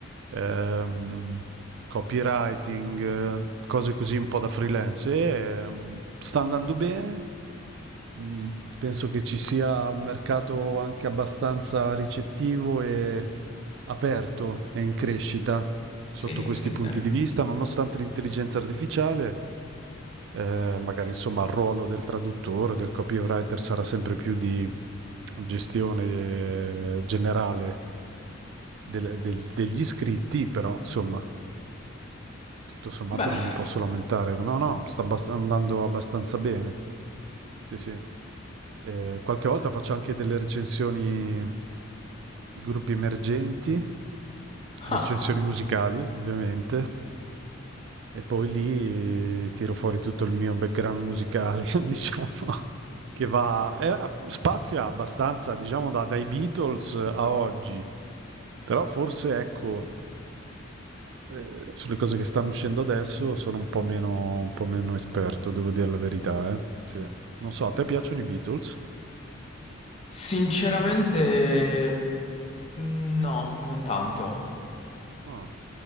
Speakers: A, on the right; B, on the left.
A: ehm, copywriting, eh, cose così un po' da freelance. E ehm, sta andando bene. Mm, Penso che ci sia un mercato anche abbastanza ricettivo e aperto e in crescita sotto
B: Sì,
A: questi
B: sì,
A: punti
B: sì.
A: di vista, nonostante l'intelligenza artificiale, eh, magari insomma il ruolo del traduttore, del copywriter sarà sempre più di gestione eh, generale del- del- degli iscritti, però insomma tutto sommato
B: Beh,
A: non mi posso lamentare. No, no, sta abbast- andando abbastanza bene. Sì, sì. Eh, qualche volta faccio anche delle recensioni di gruppi emergenti,
B: ah,
A: recensioni musicali, ovviamente, e poi lì eh, tiro fuori tutto il mio background musicale, <laughs> diciamo, che va, eh, spazia abbastanza, diciamo, da- dai Beatles a oggi. Però forse, ecco, Eh, sulle cose che stanno uscendo adesso sono un po' meno, un po' meno esperto, devo dire la verità, eh. Sì. Non so, a te piacciono i Beatles?
B: sinceramente, mm, no, non tanto.
A: No.